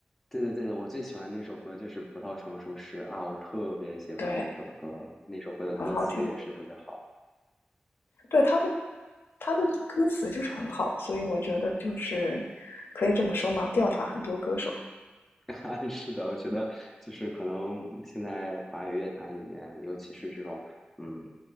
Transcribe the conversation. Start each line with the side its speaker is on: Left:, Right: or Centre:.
Centre: 对的对的，我最喜欢那首歌就是《葡萄成熟时》啊，我特别喜欢那首歌，
Left: 对，
Centre: 那首歌的歌词也是特别好。
Left: 很好听。对他的他的歌词就是很好，所以我觉得就是可以这么说嘛，吊打很多歌手。
Centre: <laughs> 是的，我觉得就是可能现在华语乐坛里面，尤其是这种嗯